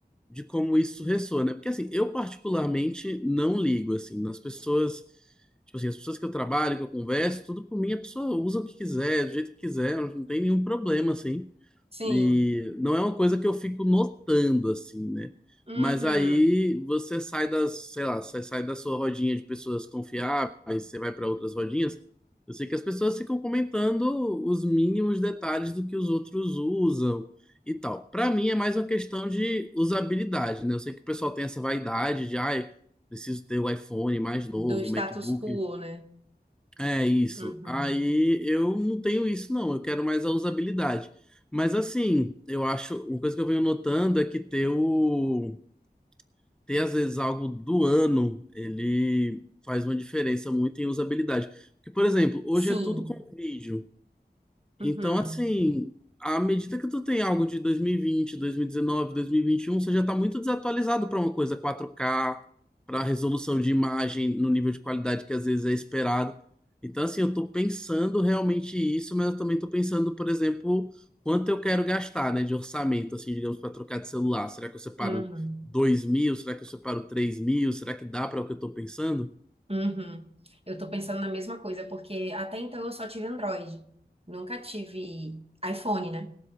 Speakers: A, in the centre; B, on the right.
A: de como isso ressoa, né? Porque assim, eu particularmente não ligo assim nas pessoas, tipo assim, as pessoas que eu trabalho, que eu converso, tudo por mim, a pessoa usa o que quiser, do jeito que quiser, não tem nenhum problema assim.
B: Sim.
A: E não é uma coisa que eu fico notando, assim, né?
B: Uhum.
A: Mas aí você sai das, sei lá, você sai da sua rodinha de pessoas confiáveis, você vai para outras rodinhas. Eu sei que as pessoas ficam comentando os mínimos detalhes do que os outros usam e tal. Para mim é mais uma questão de usabilidade, né? Eu sei que o pessoal tem essa vaidade de, ai, preciso ter o iPhone mais novo,
B: Do status
A: o MacBook
B: quo, né?
A: é isso.
B: Uhum.
A: Aí eu não tenho isso, não. Eu quero mais a usabilidade. Mas assim, eu acho, uma coisa que eu venho notando é que ter o, ter às vezes algo do ano, ele faz uma diferença muito em usabilidade. Porque, por exemplo, hoje
B: Sim.
A: é tudo com vídeo. Então,
B: Uhum.
A: assim, à medida que tu tem algo de dois dois dois mil mil mil e e e vinte vinte e um você já tá muito desatualizado para uma coisa quatro k para resolução de imagem no nível de qualidade que às vezes é esperado. Então, assim, eu tô pensando realmente isso, mas eu também tô pensando, por exemplo, quanto eu quero gastar, né, de orçamento, assim, digamos, para trocar de celular. Será que eu separo
B: Uhum.
A: dois mil? Será que eu separo três mil? Será que dá para o que eu tô pensando?
B: Uhum. Eu tô pensando na mesma coisa, porque até então eu só tive Android. Nunca tive iPhone, né?